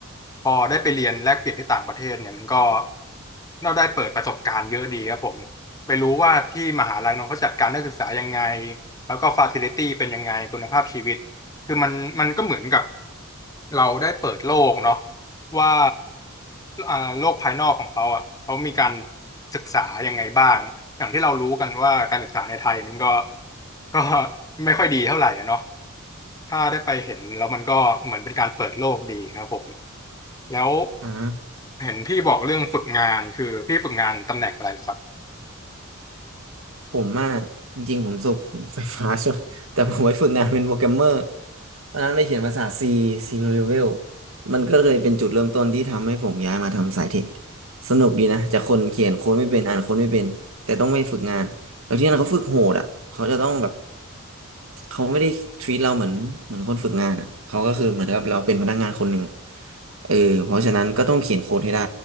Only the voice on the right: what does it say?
อ่า
ผมอ่ะจริงๆผมจบไฟฟ้า <laughs> ใช่ไหมแต่ผมไปฝึกงานเป็นโปรแกรมเมอร์ ตอนนั้นไปเขียนภาษา C C Level มันก็เลยเป็นจุดเริ่มต้นที่ทำให้ผมย้ายมาทำสายเทคสนุกดีนะจากคนเขียนโค้ดไม่เป็นอ่านโค้ดไม่เป็นแต่ต้องไปฝึกงานแล้วที่นั่นเขาฝึกโหดอ่ะเขาจะต้องแบบเขาไม่ได้ treat เราเหมือนเหมือนคนฝึกงานอ่ะเขาก็คือเหมือนกับเราเป็นพนักงานคนหนึ่งอ่ะเออเพราะฉะนั้นก็ต้องเขียนโค้ดให้ได้